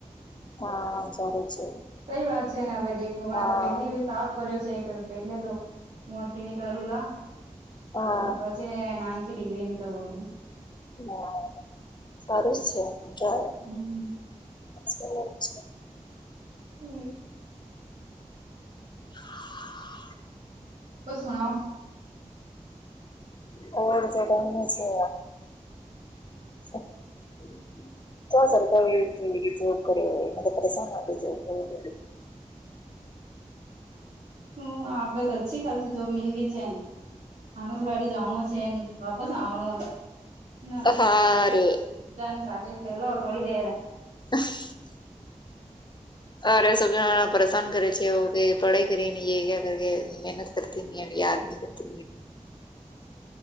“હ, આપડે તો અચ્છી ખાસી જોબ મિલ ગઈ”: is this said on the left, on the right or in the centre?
Right